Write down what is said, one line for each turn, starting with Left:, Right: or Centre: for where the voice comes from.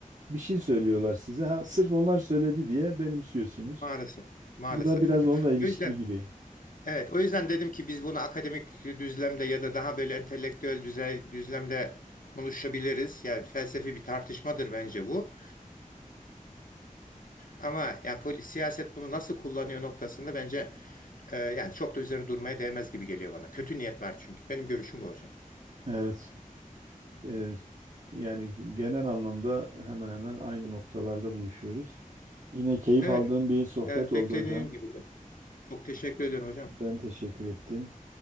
Right: bir şey söylüyorlar size. Ha, sırf onlar söyledi diye benimsiyorsunuz.
Left: maalesef, maalesef
Right: Bu da biraz
Left: hocam.
Right: onunla ilişkili
Left: O yüzden,
Right: gibi.
Left: evet, o yüzden dedim ki biz bunu akademik düzlemde ya da daha böyle entelektüel düzey, düzlemde konuşabiliriz. Yani felsefi bir tartışmadır bence bu. Ama ya polis siyaset bunu nasıl kullanıyor noktasında bence Ee, yani çok da üzerine durmaya değmez gibi geliyor bana. Kötü niyet var çünkü. Benim görüşüm bu hocam.
Right: Evet. Eee, yani genel anlamda hemen hemen aynı noktalarda buluşuyoruz. Yine keyif
Left: Evet,
Right: aldığım bir sohbet
Left: yani
Right: oldu
Left: beklediğim
Right: hocam.
Left: gibi. hocam. Çok teşekkür ediyorum hocam.
Right: Ben teşekkür ettim.